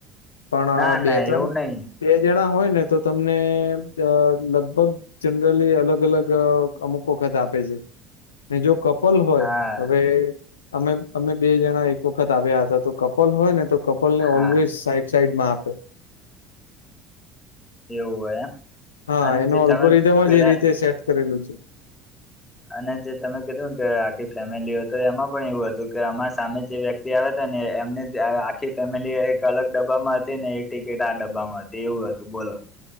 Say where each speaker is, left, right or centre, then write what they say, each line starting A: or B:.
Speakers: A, on the left (about 75°); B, on the left (about 20°).
A: પણ
B: ના
A: બે
B: ના
A: ત્રણ
B: એવું નહી
A: બે જણા હોય ને તો તમને અ લગભગ જનરલી અલગ અલગ અ-અમુક વખત આપે છે. ને જો કપલ હોય
B: હા
A: હવે અમે અમે બે જણા એ ક વખત આવ્યા હતા. તો કપલ હોય ને તો કપલને
B: હા
A: ઓલવેઇઝ સાઈડ સાઈડમાં આપે.
B: એવું હોય એમ
A: હા
B: અને
A: એનું
B: જે
A: અલ્ગોરિધમ
B: તમે પેલા
A: જ એ રીતે સેટ કરેલું છે.
B: અને જે તમે કીધુંને કે આખી ફેમિલી હોય તો એમાં પણ એવું હતું કે અમારા સામે જે વ્યક્ તિ આવ્યાતા ને એમને જ અ આખી ફેમિલી એક અલગ ડબ્બામાં હતી ને એક ટિકિટ આ ડબ્બામાં હ તી એવું હતું. બોલો.